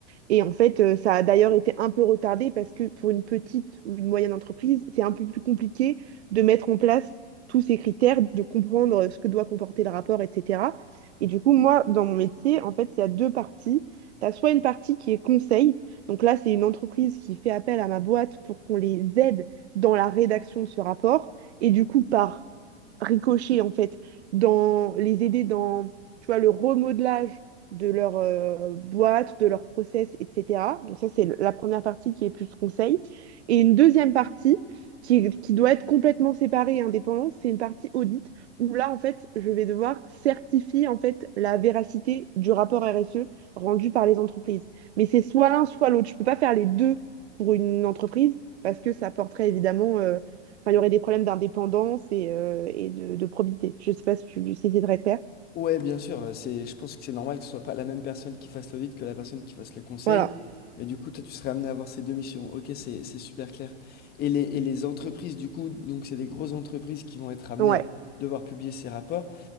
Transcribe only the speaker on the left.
Ouais, bien sûr, c'est, je pense que c'est normal que ce soit pas la même personne qui fasse l'audit que la personne qui fasse le conseil.
Mais du coup, toi, tu serais amené à avoir ces deux missions. Ok, c'est c'est super clair. Et les, et les entreprises, du coup, donc c'est des grosses entreprises qui vont être amenées
à devoir publier ces rapports.